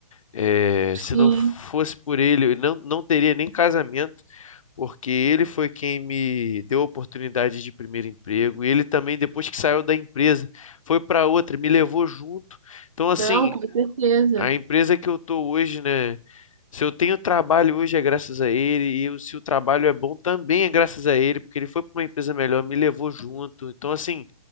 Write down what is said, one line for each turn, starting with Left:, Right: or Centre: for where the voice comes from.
Left: É,
Right: sim.
Left: se não fosse por ele, eu não, não teria nem casamento, porque ele foi quem me deu a oportunidade de primeiro emprego. E ele também, depois que saiu da empresa, foi para outra, me levou junto. Então, assim,
Right: Não, com certeza.
Left: a empresa que eu estou hoje, né? Se eu tenho trabalho hoje é graças a ele, e eu- se o trabalho é bom também é graças a ele, porque ele foi para uma empresa melhor, me levou junto. Então, assim,